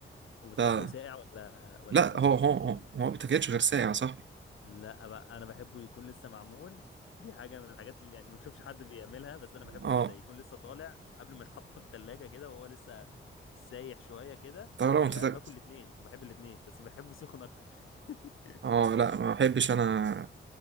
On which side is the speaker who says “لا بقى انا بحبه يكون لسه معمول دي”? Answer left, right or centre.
Left